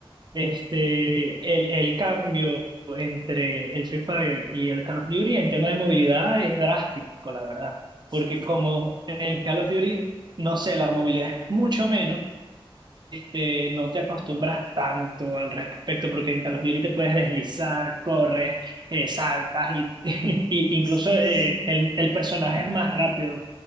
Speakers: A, on the right (about 50°); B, on the left (about 45°).
A: este, el, el cambio entre el Free Fire y el Call of Duty en tema de movilidad es drástico, la verdad. Porque
B: Sí,
A: como en Call of Duty, no sé, la movilidad es mucho menos eh, no te acostumbras tanto al respecto, porque en Call of Duty te puedes deslizar, corres, eh, saltas y, <laughs> y incluso
B: sí,
A: eh,
B: sí.
A: el, el personaje es más rápido